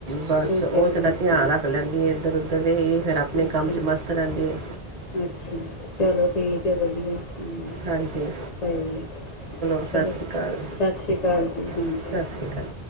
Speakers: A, on the right; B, on the left.
A: ਬਸ
B: ਦੂਜੇ
A: ਉਹ
B: ਵੀ
A: ਹੜਾ ਧਿਆਨ
B: ਹਮ,
A: ਰੱਖ ਲੈਂਦੀ ਹੈ ਇੱਧਰ ਉੱਧਰ ਦੇ ਇਹ ਫਿਰ ਆਪਣੇ
B: ਅੱਛਾ
A: ਕੰਮ 'ਚ ਮਸਤ ਰਹਿੰਦੀ ਐ
B: ਅੱਛਾ ਚਲੋ ਠੀਕ ਹੈ ਵਧੀਆ ਹ
A: ਹਾਂਜੀ
B: ਸਹੀ
A: ਸਤਿ
B: ਚਲੋ
A: ਸ਼੍ਰੀ ਅਕਾਲ
B: ਸਤਿ ਸ਼੍ਰੀ ਅਕਾਲ ਜੀ ਹਾਂਜੀ
A: ਸਤਿ ਸ਼੍ਰੀ ਅਕਾਲ